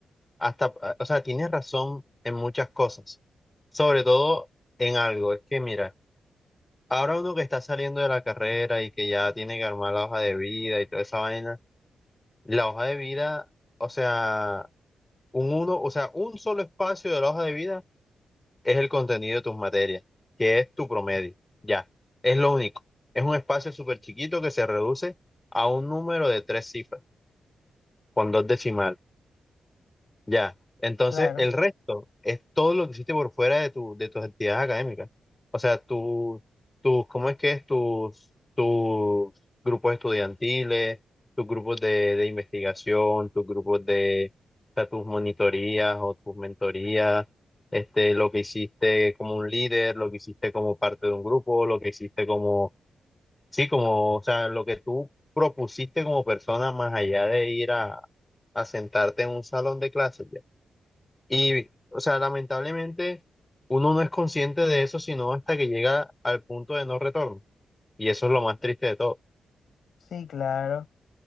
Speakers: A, on the left (about 25°); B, on the left (about 70°).
A: Hasta, ah, o sea, tienes razón en muchas cosas, sobre todo en algo. Es que mira, ahora uno que está saliendo de la carrera y que ya tiene que armar la hoja de vida y toda esa vaina, la hoja de vida, o sea, un uno, o sea, un solo espacio de la hoja de vida es el contenido de tus materias, que es tu promedio. Ya, es lo único. Es un espacio súper chiquito que se reduce a un número de tres cifras, con dos decimales. Ya. Entonces,
B: claro.
A: el resto es todo lo que hiciste por fuera de tu, de tus actividades académicas. O sea, tu, tu, ¿cómo es que es? Tus, tus grupos estudiantiles, tus grupos de, de investigación, tus grupos de, o sea, tus monitorías o tus mentorías, este, lo que hiciste como un líder, lo que hiciste como parte de un grupo, lo que hiciste como, sí, como, o sea, lo que tú propusiste como persona más allá de ir a, a sentarte en un salón de clases. ya. Y, o sea, lamentablemente uno no es consciente de eso sino hasta que llega al punto de no retorno. Y eso es lo más triste de todo.
B: Sí, claro.